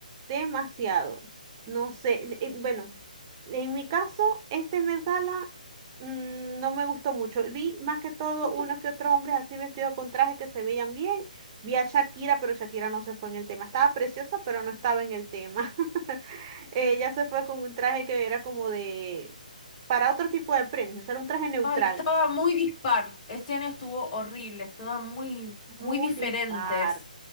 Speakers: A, on the right (about 25°); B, on the left (about 25°).
A: demasiado. No sé, eh, bueno, en mi caso, este Met Gala mm, no me gustó mucho. Vi más que todo
B: No tu-
A: unos que otros hombres así vestidos con trajes que se veían bien. Vi a Shakira, pero Shakira no se fue en el tema. Estaba preciosa, pero no estaba en el tema. <laughs> Ella
B: Ujú.
A: se fue con un traje que era como de, para otro tipo de premios, o sea, era un traje neutral.
B: Ay, estaba muy dispar. Este año estuvo horrible, estaban muy,
A: Muy
B: muy diferentes.
A: dispar.